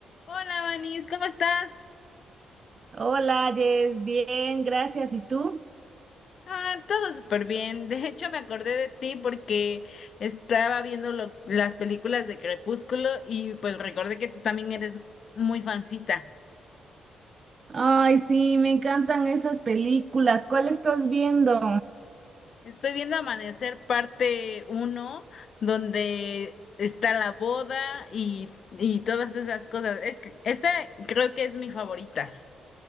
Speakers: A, on the left; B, on the right.
A: Hola, Manis, ¿cómo estás?
B: Hola, Jess, bien, gracias. ¿Y tú?
A: Ah, todo súper bien. De hecho, me acordé de ti porque estaba viendo lo- las películas de Crepúsculo y pues recordé que tú también eres muy fancita.
B: Ay, sí, me encantan esas películas. ¿Cuál estás viendo?
A: Estoy viendo Amanecer parte uno, donde está la boda y, y todas esas cosas. Eh, Esa creo que es mi favorita.